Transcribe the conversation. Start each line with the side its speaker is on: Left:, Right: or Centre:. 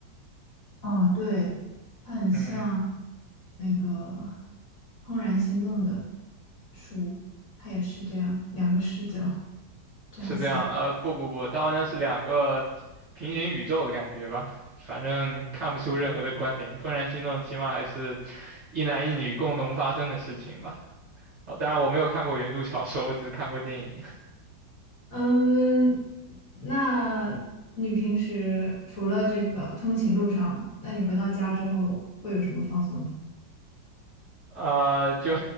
Left: <laughs> 啊，对，它很像
Right: 嗯。
Left: 那个《怦然心动》的书，它也是这样，两个视角这样写
Right: 是这样，呃，不不不，它好像是两个平行宇宙的感觉吧，反正看不出任何的关联。怦然心动起码还是一男一女共同发生的事情吧。哦，当然我没有看过原著小说，我只是看过电影。
Left: 嗯，那你平时除了这个通勤路上，那你回到家之后会有什么放松？
Right: 呃，就